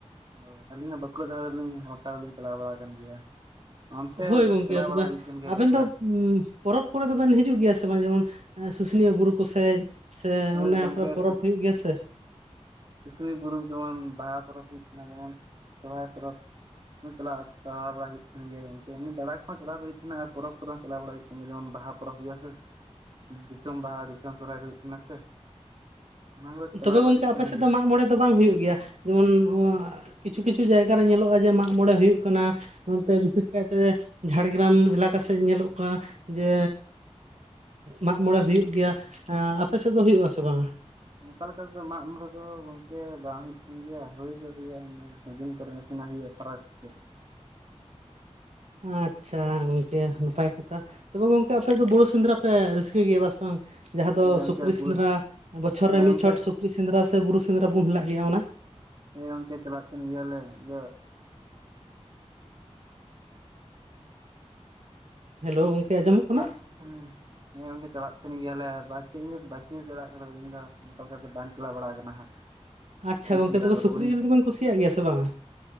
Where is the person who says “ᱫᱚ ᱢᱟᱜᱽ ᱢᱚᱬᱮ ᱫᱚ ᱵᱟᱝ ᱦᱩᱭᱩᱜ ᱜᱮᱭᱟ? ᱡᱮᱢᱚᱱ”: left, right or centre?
Right